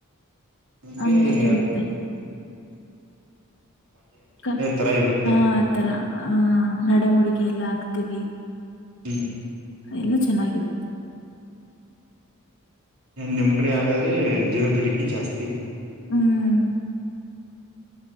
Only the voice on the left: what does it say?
ಹಂಗೆ
ಇರುತ್ತೆ ಹಾ
ಆ ತರ ಹಹ ನಡೆಮುಡಗೆ ಎಲ್ಲ ಹಾಕ್ತಿವಿ
ಎಲ್ಲ ಚೆನ್ನಾಗಿರುತ್ತ.
ಹ್ಮ್